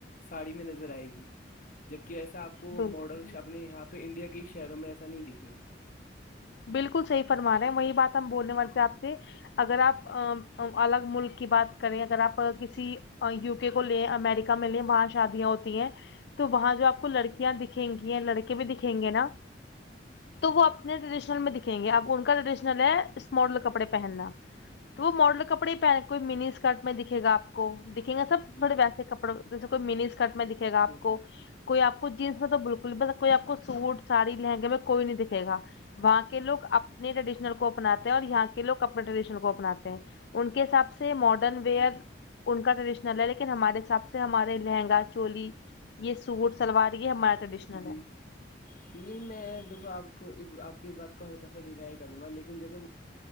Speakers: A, on the left; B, on the left.
A: ساڑی میں نظر آئے گی جبکہ ایسا آپ کو
B: بالکل
A: ماڈر اپنے یہاں پہ انڈیا کے ہی شہروں میں ایسا نہیں دکھے گا
B: بالکل صحی فرمانا ہے وہی بات ہم بولنے والے سے آپ سے اگر آپ الگ ملک کی بات کریں اگر آپ کسی یوک کو لے امیریکا میں لیں وہاں شادیاں ہوتی ہیں تو وہاں جو آپ کو لڑکیاں دکھیں گی لڑکے بھی دکھیں گے نا تو وہ اپنے ٹریڈیشنل میں دکھیں گے اب ان کا ٹریڈیشنل ہے اسماڈل کپڑے پہننا تو وہ ماڈل کپڑے ہی پہننے کوئی منی اسکرٹ میں دکھے گاپ کو دکھیں گے سب
A: جی
B: تھوڑے ویسے
A: جی
B: کپڑوں جیسے کوئی منی اسکرٹ میں دکھے گا آ
A: دیکھ
B: کو
A: رہا
B: کوئی آپ کو جینس میں تو بالکل بس کوئی آپ کو سوٹ ساڑی لہنگے میں کوئی نہیں دکھے گا وہاں کے لو اپنے ٹریڈیشنل کو اپناتے ہیں اور یہاں کے لوگ اپنے ٹریڈیشنل کو اپناتے ہیں ان کے حساب سے ماڈرن ویئر
A: جی
B: ان کا ٹریڈیشنل ہے لیکن ہمارے حساب سے ہمارے لہنگا چولی یہ سوٹ سلوار یہ ہمارا ٹریڈیشنل
A: جی
B: ہے
A: نہیں میں دیکھو آپ کو آپ کی اس بات کو ہلکا سا ڈ کروں گا لیکن جیسے